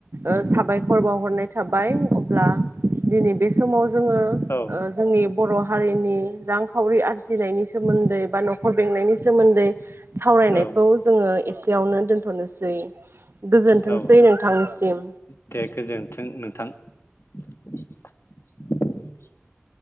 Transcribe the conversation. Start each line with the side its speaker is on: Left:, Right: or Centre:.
Right: ओ साबायखर बावहरनाय थाबा बाय। अब्ला बे समाव जोङो
Left: औ
Right: ओ जोंनि बर' हारिनि रांखावरि आरजिनायनि सोमोन्दै बा न'खर बेंनायनि सोमोन्दै सावरायनायखौ
Left: औ
Right: जोङो एसे यावनो दोनथ'नोसै। गोजोनथोंसै
Left: औ
Right: नोंथांनिसिम
Left: दे गोजोनथों नोंथां। <inaudible>